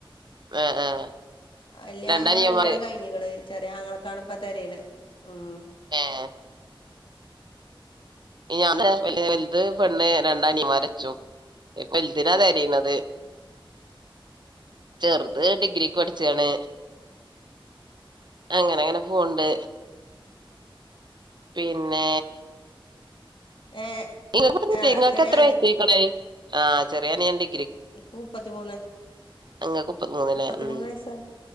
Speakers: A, on the right; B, on the left.
A: ആ ആഹ്
B: അല്യ
A: രണ്ടനിയന്മാര്
B: ആങ്ങള കല്ല്യാണം കഴിഞ്ഞിക്ണ് ചെറിയ ആങ്ങളക്ക് ആണ് ഇപ്പൊ തിരയണേ ഉം
A: ഏഹ് ഞാൻ വലുത് പെണ്ണ് രണ്ട് അനിയന്മാർ ഇപ്പ വലുതിന തിരയനത് ചെറുത് ഡിഗ്രിക്ക് പഠിച്ചാണ് അങ്ങനെ അങ്ങനെ പോണ്ട് പിന്നെ
B: ഏഹ്
A: നിങ്ങ
B: ആഹ്
A: നിങ്ങക്ക്
B: ചെറിയ
A: എത്ര വയസ്സക്കട ആഹ് ചെറിയാനിയത്തി
B: എക്ക് ഉപ്പത്തിമൂന്ന
A: ഇങ്ങക്ക് മുപ്പത്തിമൂന്ന്ല്ലേ
B: ഉപ്പത്തിമൂന്ന്
A: ഉം
B: വയസ്സ് ആയി